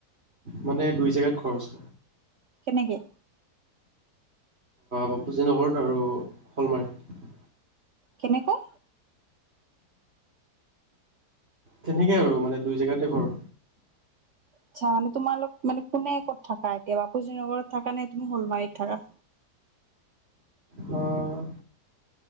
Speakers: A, on the right; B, on the right.
A: মানে দুই জেগাত খৰচ।
B: কেনেকে?
A: বাপুজী নগৰত আৰু শ'লমাৰী।
B: কেনেকৈ?
A: তেনেকে আৰু। মানে দুই জেগাতে ঘৰ।
B: আচ্ছা। মানে তোমালোক মানে কোনে, ক'ত থাকা। এতিয়া, বাপুজী নগৰত থাকানে? তুমি শ'লমাৰীত থাকা?
A: অ',